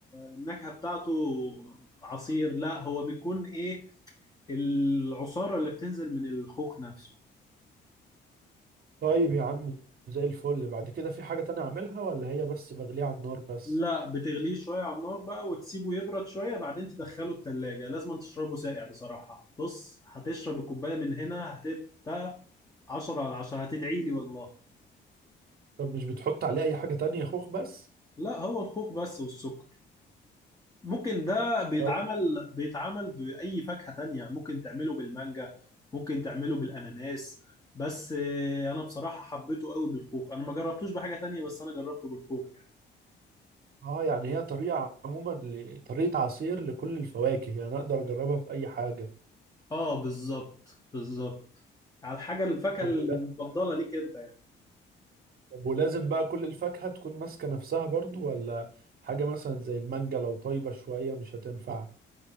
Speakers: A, on the left (about 20°); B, on the right (about 55°).
A: النكهة بتاعته عصير لا هو بيكون ايه العصارة اللي بتنزل من الخوخ نفسه
B: طيب يا عم زي الفل بعد كده في حاجة تانية اعملها ولا هي بس بغليها على النار بس
A: لا بتغليه شوية على النار بقى وتسيبه يبرد شوية بعدين تدخله التلاجة لازم تشربه ساقع بصراحة بص هتشرب الكوباية من هنا هتبقى عشرة على عشرة هتدعي لي والله
B: طب مش بتحط عليه اي حاجة تانية خوخ بس
A: لا هو الخوخ بس والسكر ممكن ده بيتعمل
B: طيب
A: بيتعمل بأي فاكهة تانية ممكن تعمله بالمانجا ممكن تعمله بالأناناس بس آه، أنا بصراحة حبيته قوي بالخوخ أنا ما جربتوش بحاجة تانية بس أنا جربته بالخوخ يعني
B: اه يعني هي طريقة عموما ل... طريقة عصير لكل الفواكه يعني اقدر اجربها في اي حاجة
A: آه بالظبط بالظبط على الحاجة الفاكهة
B: طب
A: المفضلة
B: ولا...
A: ليك أنت يعني
B: طب ولازم بقى كل الفاكهة تكون ماسكة نفسها برضو ولا حاجة مثلا زي المانجا لو طيبة شوية مش هتنفع